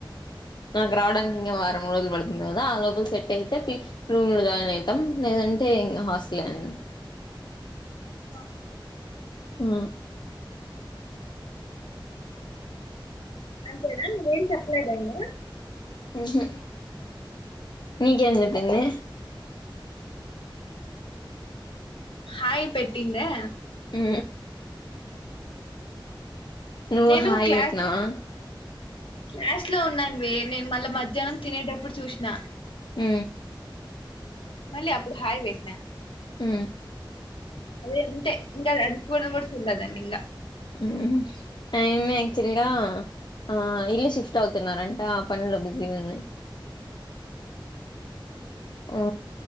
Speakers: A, on the left; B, on the left.
A: నాకు రావడానికి ఇంకా వారం రోజులు పడుతుంది కదా ఆ లోపల సెట్ అయితే రూమ్ లో జాయిన్ అవుతాం లేదంటే ఇంకా హాస్టల్ అని
B: ఆ
A: ఆ
B: అంతేనా నువ్వేం చెప్లాలేదా ఇంగ
A: ఉహు నీకేం చెప్పింది
B: హాయి పెట్టిందా
A: ఉ నువ్వు
B: నేను
A: హాయి
B: క్లాస్
A: వెట్నవా
B: క్లాస్ లో ఉన్నానువి నేను మళ్ళా మధ్యాహ్నం తినేటప్పుడు చూసిన
A: ఆ
B: మళ్ళీ అప్పుడు హయ్ పెట్న
A: ఆ
B: అదే అంతే ఇంకా అది చూడను కూడా చూలే దాన్ని ఇంకా
A: ఆ అమీ యాక్చువల్ గా ఆ ఇల్లు షిఫ్ట్ అవుతున్నారంట ఆ పనిలో బిజీగా ఉంది ఆ